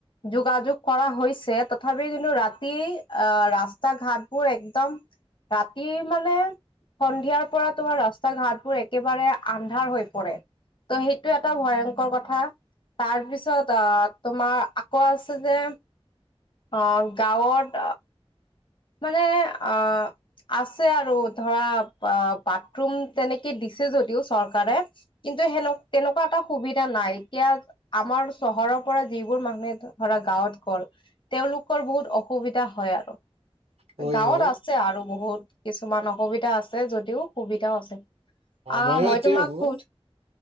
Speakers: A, on the left; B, on the right.
A: যোগাযোগ কৰা হৈছে। তথাপি কিন্তু ৰাতি আহ ৰাস্তা ঘাটবোৰ একদম ৰাতিৰ মানে সন্ধিয়াৰ পৰা তোমাৰ ৰাস্তা ঘাটবোৰ একেবাৰে আন্ধাৰ হৈ পৰে। ত' সেইটো এটা ভয়ংকৰ কথা। তাৰপিছত অ' তোমাৰ আকৌ আছে যে অ' গাঁৱত মানে আহ, আছে আৰু ধৰা বাথৰুম তেনেকে দিছে যদিও চৰকাৰে। কিন্তু সেনে তেনেকুৱা এটা সুবিধা নাই এতিয়া আমাৰ চহৰৰ পৰা যিবোৰ মানুহে ধৰা গাঁৱত গ'ল তেওঁলোকৰ বহুত অসুবিধা হয় আৰু।
B: হয়
A: গাঁৱত
B: হয়
A: আছে আৰু বহুত কিছুমান অসুবিধা আছে যদিও সুবিধাও আছে। অ'
B: ময়ো
A: মই
B: সেইটোৱে
A: তোমাক
B: ভাবো
A: সুধো